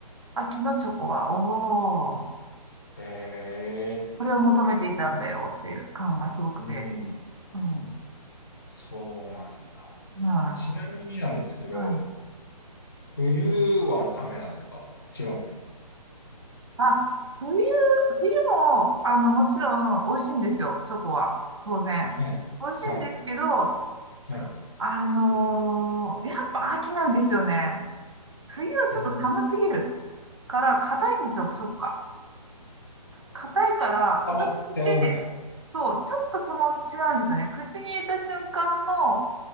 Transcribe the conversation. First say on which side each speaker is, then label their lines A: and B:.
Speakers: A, on the right (about 45°); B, on the left (about 35°).
A: 秋のチョコは、おー、
B: へえ、
A: これを求めていたんだよっていう感がすごくて。
B: うん。
A: うん。
B: そうなんだ。
A: はい。
B: ちなみになんですけど、
A: はい。
B: 冬はダメなんですか違うんですか
A: あ、冬、冬も、あの、もちろん美味しいんですよ、チョコは。当然。
B: はい。
A: 美味しいんですけど、
B: はい。はい。
A: あのーやっぱ秋なんですよね。冬はちょっと寒すぎる
B: うん。
A: から、硬いんですよ、チョコが。硬いから、硬すぎて、
B: 溜まっちゃうみたいな。
A: そう、ちょっとその違うんですよね。口に入れた瞬間の、